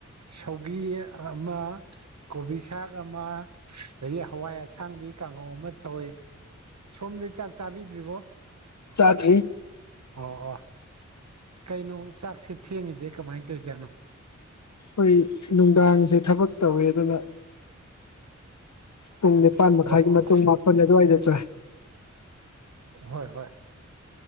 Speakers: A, on the right; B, on the left.
A: ꯁꯧꯒ꯭ꯔꯤ ꯑꯃ ꯀꯣꯕꯤꯁꯥꯛ ꯑꯃ ꯑꯗꯒꯤ ꯍꯋꯥꯏ ꯑꯁꯥꯡꯕꯤ ꯀꯥꯡꯍꯧ ꯑꯃ ꯇꯧꯋꯤ ꯁꯣꯝꯗꯤ ꯆꯥꯛ ꯆꯥꯕꯤꯗ꯭ꯔꯤꯕꯣ
B: ꯆꯥꯗ꯭ꯔꯤ
A: ꯑꯣ ꯑꯣ ꯀꯩꯅꯣ ꯆꯥꯛꯁꯤ ꯊꯦꯡꯉꯤꯁꯦ ꯀꯃꯥꯏꯟ ꯇꯧꯏꯖꯥꯠꯅꯣ
B: ꯑꯩꯈꯣꯏ ꯅꯨꯡꯗꯥꯡꯁꯦ ꯊꯥꯕꯛ ꯇꯧꯋꯦ ꯑꯗꯨꯅ ꯄꯨꯡ ꯅꯤꯄꯥꯟ ꯃꯈꯥꯏꯒꯤ
A: ꯑꯣ
B: ꯃꯇꯨꯡ
A: ꯑꯣ
B: ꯃꯥꯄꯟ ꯑꯗꯨꯋꯥꯏꯗ ꯆꯥꯏ
A: ꯍꯣꯏ ꯍꯣꯏ